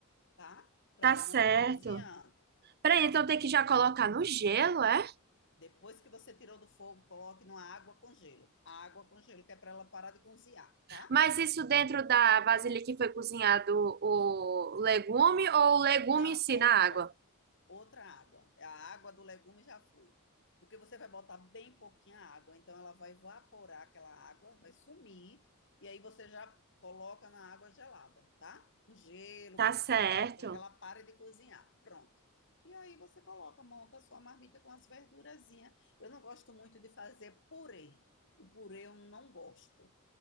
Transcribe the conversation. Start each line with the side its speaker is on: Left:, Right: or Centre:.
Left: tá? Para
Right: Tá
Left: ela
Right: certo.
Left: não ficar cozinhando.
Right: Peraí,
Left: Pronto.
Right: então tem
Left: Aí,
Right: que já colocar no gelo, é?
Left: depois que você tirou do fogo, coloque numa água com gelo. A água com gelo, que é para ela parar de cozinhar, tá?
Right: Mas isso dentro da vasilha que foi cozinhado o legume ou o legume
Left: Não,
Right: em si
Left: outra,
Right: na água?
Left: outra água. A água do legume já foi. Porque você vai botar bem pouquinha água, então ela vai evaporar aquela água, vai sumir, e aí você já coloca na água gelada, tá? Com gelo,
Right: Tá certo.
Left: para que ela pare de cozinhar. Pronto. E aí você coloca, monta a sua marmita com as verdurazinhas. Eu não gosto muito de fazer purê. O purê eu não gosto,